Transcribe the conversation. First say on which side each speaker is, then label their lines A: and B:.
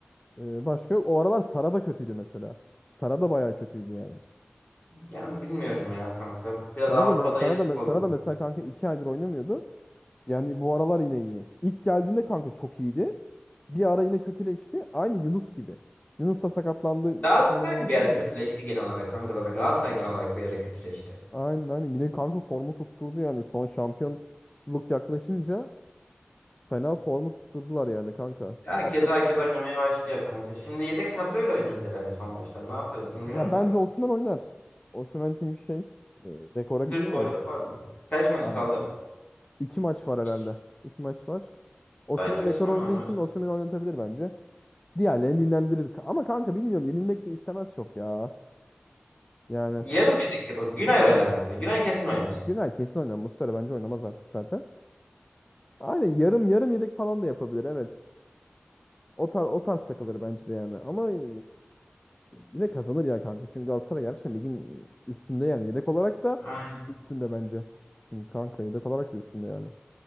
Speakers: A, on the left (about 20°); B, on the left (about 40°).
A: Ee, başka yok. O aralar Sara da kötüydü mesela. Sara da bayağı kötüydü yani.
B: Yani bilmiyorum ya kanka.
A: Sara
B: Biraz Avrupa'da
A: da, me- Sara
B: yazık
A: da, me-
B: oldu.
A: Sara
B: bize.
A: da mesela kanka iki aydır oynamıyordu. Yani bu aralar yine iyi. İlk geldiğinde kanka çok iyiydi. Bir ara yine kötüleşti. Aynı Yunus gibi. Yunus da sakatlandı.
B: Galatasaray
A: Kötü oynamaya
B: da
A: başladı
B: bir ara
A: ya.
B: kötüleşti genel olarak kanka zaten. Galatasaray genel olarak bir ara kötüleşti.
A: Aynen aynen. Yine kanka formu tutturdu yani. Son şampiyonluk yaklaşınca Fena formu tutturdular yani kanka.
B: Herkes
A: Hatta,
B: herkes oynamaya başlıyor kanka. Şimdi yedek kadroyla oynuyoruz herhalde son maçlar. Ne yaparız bilmiyorum
A: ya bence
B: da.
A: Osimhen oynar. Osimhen çünkü şey e, rekora gidiyor
B: 40 gol
A: ya.
B: yapar mı? Kaç maç
A: Ha,
B: kaldı?
A: iki maç var herhalde.
B: İki.
A: İki maç var. Osimhen
B: Belki Osman
A: rekor oynadığı
B: oynar.
A: için Osimhen'i oynatabilir bence. Diğerlerini dinlendirir. Ama kanka bilmiyorum yenilmek de istemez çok ya. Yani
B: Yarım yedek yapar. Günay oynar mesela. Günay kesin oynar.
A: Günay kesin oynar. Muslera bence oynamaz artık zaten. Aynen yarım yarım yedek falan da yapabilir evet. O tar o tarz takılır bence de yani. Ama eee, yine kazanır ya kanka. Çünkü Galatasaray gerçekten ligin üstünde yani. Yedek olarak da
B: Aynen.
A: üstünde bence. Çünkü kanka yedek olarak da üstünde yani.